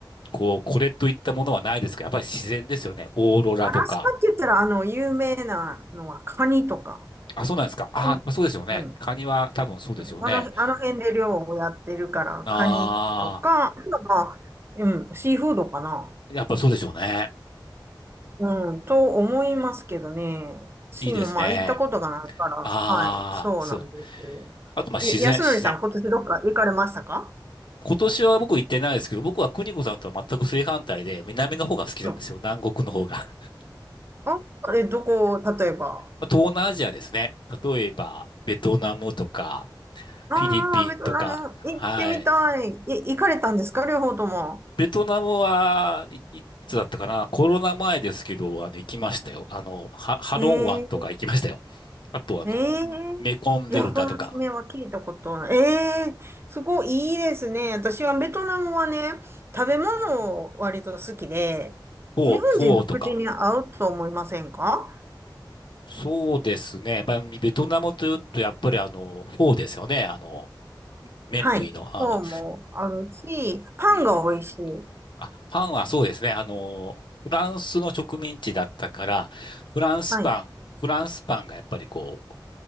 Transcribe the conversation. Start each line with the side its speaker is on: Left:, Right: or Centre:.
Left: こう、これといったものはないですけど、やっぱり自然ですよね。オーロラとか。
Right: アラスカって言ったら、あの、有名なのはカニとか。
Left: あ、そうなんですか。あ、
Right: うん
Left: そうですよね。
Right: うん。
Left: カニは多分そうですよね。
Right: あの、あの辺で漁をやってるから、
Left: ああ、
Right: カニとか、あとはまあ、うん、シーフードかな。
Left: やっぱそうでしょうね。
Right: うん、と思いますけどね。私もまあ行ったことがないから、
Left: いいですね。ああ、
Right: はい、そうなんです。
Left: そう。あと、まあ、自然、
Right: え、安則さん、
Left: 自然。
Right: 今年どっか行かれましたか
Left: 今年は僕行ってないですけど、僕は邦子さんとは全く正反対で、南の方が好きなんですよ。
Right: うん。
Left: 南国の方が。<laughs>
Right: あ、え、どこ、例えば。
Left: まあ東南アジアですね。例えば、ベトナムとか、
Right: ああ、
Left: フィリピンとか。
Right: ベトナム行ってみたい。
Left: はい。
Right: え、行かれたんですか両方とも。
Left: ベトナムは、い、いつだったかなコロナ前ですけど、あの、行きましたよ。あの、ハ、ハロン湾とか行きましたよ。
Right: ええ
Left: あと、あの、
Right: ええ
Left: メコンデルタとか、
Right: いや、その爪は聞いたことない。ええすごいいいですね。私はベトナムはね、食べ物を割と好きで、
Left: フォー、
Right: 日本人の口に合うと思いませんか
Left: フォーとか。そうですね。まあ、ベトナムというと、やっぱりあの、フォーですよね。あの、麺類の。
Right: はい。
Left: あ、
Right: フォーもあるし、パンが美味しい。
Left: うん。あ、パンはそうですね。あの、フランスの植民地だったから、フランスパン、
Right: はい。
Left: フランスパンがやっぱりこう、